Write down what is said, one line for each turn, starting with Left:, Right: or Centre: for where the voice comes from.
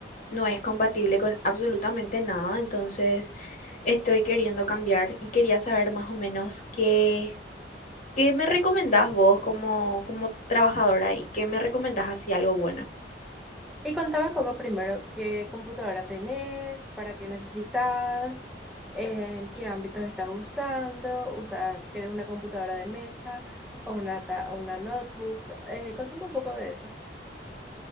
Left: no es compatible con absolutamente nada, entonces estoy queriendo cambiar y quería saber más o menos qué, qué me recomendás vos como, como trabajadora y qué me recomendás así algo bueno.
Centre: Y contame un poco primero qué computadora tenés, para qué necesitas, en qué ámbitos estás usando, usas, ¿quieres una computadora de mesa o una, ta- o una notebook? Eh, contame un poco de eso.